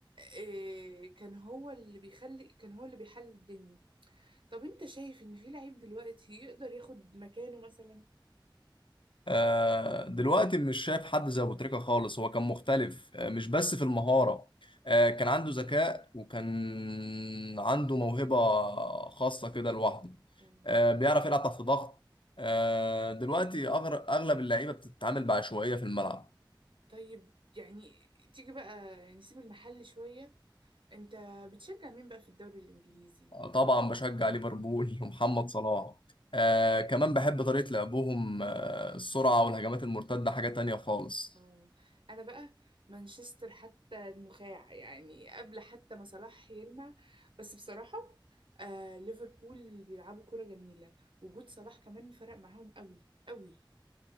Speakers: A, on the right (about 80°); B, on the left (about 80°).
A: إيه كان هو اللي بيخلي كان هو اللي بيحل الدنيا طب انت شايف ان في لعيب دلوقتي يقدر ياخد مكانه مثلا
B: آه، دلوقتي مش شايف حد زي ابو تريكة خالص هو كان مختلف آه، مش بس في المهارة آه، كان عنده ذكاء وكان عنده موهبة خاصة كده لوحده
A: اه
B: آه، بيعرف يلعب تحت ضغط آه، دلوقتي أغر- أغلب اللعيبة بتتعامل بعشوائية في الملعب
A: طيب يعني تيجي بقى نسيب المحل شوية انت بتشجع مين بقى في الدوري الانجليزي
B: آه، طبعا بشجع ليفربول <laughs> ومحمد صلاح آه، كمان بحب طريقة لعبهم آه، السرعة والهجمات المرتدة حاجة تانية خالص
A: اه انا بقى مانشستر حتى النخاع يعني قبل حتى ما صلاح يلمع بس بصراحة آه ليفربول بيلعبوا كرة جميلة وجود صلاح كمان فرق معاهم قوي قوي